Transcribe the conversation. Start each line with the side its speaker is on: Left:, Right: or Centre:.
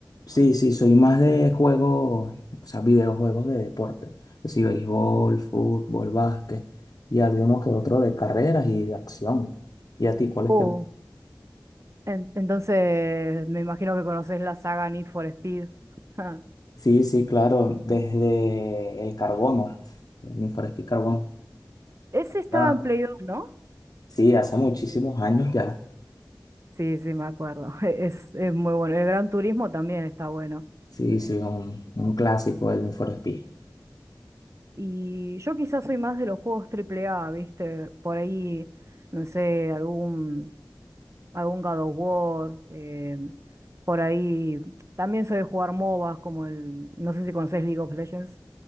Left: Sí, sí, soy más de juegos, o sea, videojuegos de deporte. Es decir, béisbol, fútbol, básquet. Y había uno que otro de carreras y de acción. ¿Y a ti cuáles
Right: Uh,
Left: te gustan?
Right: en- entonces me imagino que conoces la saga Need for Speed. <laughs>
Left: Sí, sí, claro, desde el carbono, el Need for Speed Carbono.
Right: Ese estaba
Left: Ah,
Right: en Play 2, ¿no?
Left: Sí, hace muchísimos años ya.
Right: Sí, sí, me acuerdo. <laughs> Es, es muy bueno. El Gran Turismo también está bueno.
Left: Sí, sí, un, un clásico del Need for Speed.
Right: Y yo quizás soy más de los juegos triple A, ¿viste? Por ahí, no sé, algún, algún God of War. eh, por ahí también soy de jugar MOBAs como el, no sé si conocés League of Legends.